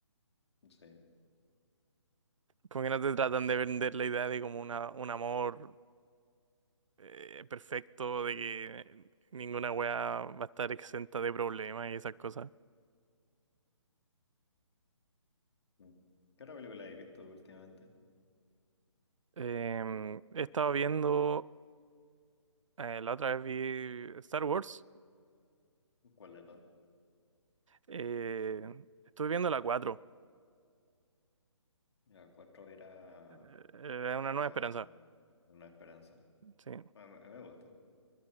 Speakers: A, on the left (about 60°); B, on the right (about 80°).
A: Sí.
B: Porque no te tratan de vender la idea de como una, un amor eh, perfecto, de que ninguna weá va a estar exenta de problemas y esas cosas.
A: Ujú. ¿Qué otra película habéis visto últimamente?
B: Em, he estado viendo, eh, la otra vez vi Star Wars.
A: ¿Cuál de todas?
B: Eh, estuve viendo la 4.
A: La cuatro era
B: Eh, eh, una
A: la
B: nueva esperanza.
A: Una Esperanza.
B: Sí.
A: Bueno, me me gusta.